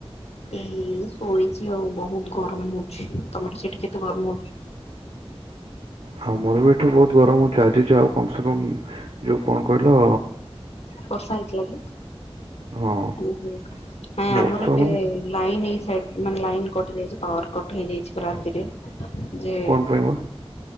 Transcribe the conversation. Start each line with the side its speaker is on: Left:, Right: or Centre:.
Left: ଏଇ ଶୋଇଛି ଆଉ ବହୁତ ଗରମ ହଉଛି ତମର ସେଠି କେତେ ଗରମ ହଉଛ? <inaudible>
Right: ଆଉ ମୋର ବି ଏଠି ବହୁତ ଗରମ ହଉଛି ଆଜି ଆଉ କମ ସେ କମ ଯୋଉ କଣ କହିଲ
Left: ବର୍ଷା ହେଇଥିଲା ଆଜି?
Right: ହଁ।
Left: ଓହୋ ନାଇଁ
Right: ବର୍ଷା
Left: ଆମର ଏବେ
Right: ମାନେ
Left: ଲାଇନ ଏଇ ସାଇ ମାନେ ଲାଇନ କୋଠ ଯାଇଛି ପାୱାର କଟ ହେଇଯାଇଛି ପ୍ର ରାତିରେ ଯେ
Right: କଣ ପାଇଁ ବା